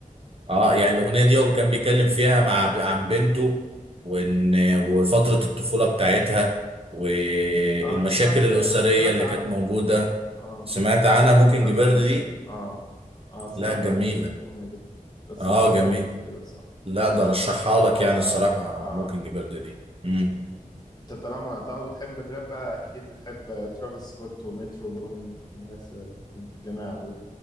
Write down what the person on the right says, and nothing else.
اه يعني الاغنيه دي هو كان بيتكلم فيها مع عن بنته وان وفتره الطفوله بتاعتها والمشاكل
الاسريه
اللي
كانت موجوده
سمعت عنها
موكينج
بيرد
دي
لا جميلة
اه
جميل
لا ده رشحها لك
يعني الصراحة
موكينج بيرد دي مم.